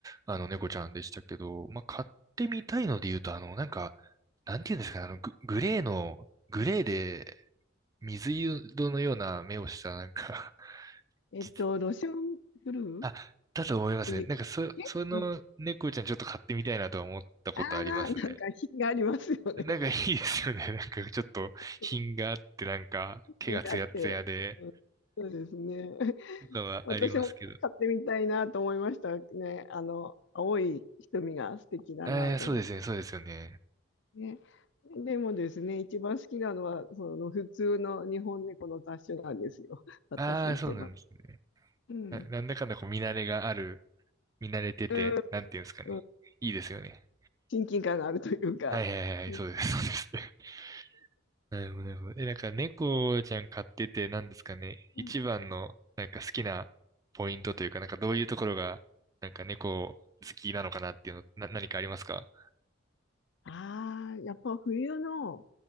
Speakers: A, on the right (about 15°); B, on the left (about 60°).
A: あの、猫ちゃんでしたけど、まあ、買ってみたいので言うと、あの、なんか、なんていうんですかね、あの、グ、グレーの、グレーで、水色のような目をした、なんか <laughs>
B: えっと、
A: 実
B: ロシアンブルーっ
A: あ、だと思いますね。
B: ていうんだっけ、
A: なんか、そ、その猫ちゃんちょっと買ってみたいなとは思ったことありますね。
B: うん、ああ、なんか品がありますよね。
A: なんかいいですよね。<laughs> なんか、ちょっと、
B: <laughs>
A: 品があって、なんか、毛がツヤツヤで、
B: 品があって。そうですね。
A: とかはありますけど。
B: 私も買ってみたいなと思いましたね。あの、青い瞳が素敵だなと思って
A: えー、そうですね、そうですよね。
B: ね。でもですね、一番好きなのは、その普通の日本猫の雑種なんですよ。<laughs> 私一番。
A: ああ、そうなんですね。
B: うん。
A: な、なんだかんだこう見慣れがある、見慣れてて、
B: うん。
A: なんていうんですかね。
B: うん
A: いいですよね。
B: 親近感があるというか。
A: はいはいはい、
B: う
A: そうです、そうです。<laughs> なるほど、なるほど。え、なんか猫ちゃん飼ってて、なんですかね。一番の、
B: ん
A: なんか好きなポイントというか、なんかどういうところが、なんか猫好きなのかなっていうの、な、何かありますか
B: ああー、やっぱ冬の